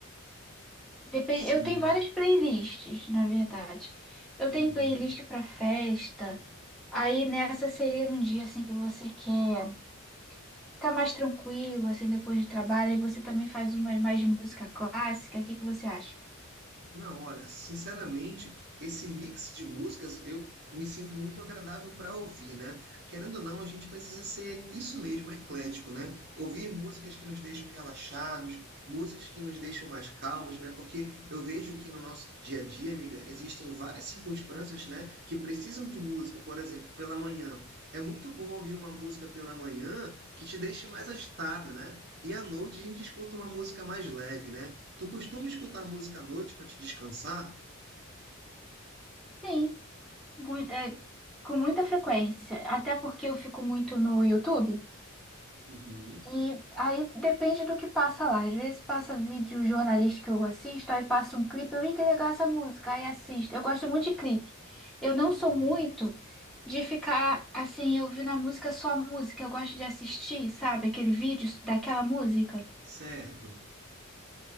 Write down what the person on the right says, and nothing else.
Sim.
Uhum.
Não, olha, sinceramente, esse mix de músicas eu me sinto muito agradável para ouvir, né? Querendo ou não, a gente precisa ser isso mesmo, eclético, né? Ouvir músicas que nos deixam relaxados, músicas que nos deixam mais calmos, né? Porque eu vejo que no nosso dia a dia, amiga, existem várias circunstâncias, né, que precisam de música. Por exemplo, pela manhã. É muito bom ouvir uma música pela manhã que te deixe mais agitado, né? E à noite a gente escuta uma música mais leve, né? Tu costuma escutar música à noite para te descansar?
Uhum,
uhum.
Certo.